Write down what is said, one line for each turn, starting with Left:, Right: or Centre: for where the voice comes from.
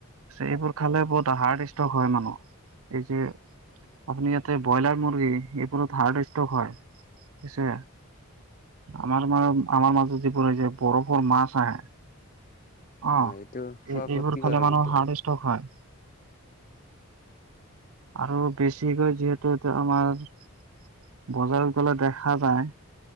Right: এইবোৰ খালে বহুত হাৰ্ট ষ্ট্ৰক হয় মানুহ, এই যে আপুনি ইয়াতে ব্ৰইলাৰ মুৰ্গী, এইবোৰত হাৰ্ড ষ্টক হয়। পছে আমাৰ, আমাৰ মাজত যিবোৰ যে বৰফৰ মাছ আহে অ,
Left: এইটো খোৱা
Right: এইবোৰ
Left: ক্ষতিকাৰক
Right: খালে মানুহ
Left: এইটো
Right: হাৰ্ট ষ্টক হয়। আৰু বেছিকৈ যিহে তো আমাৰ বজাৰত গ'লে দেখা যায়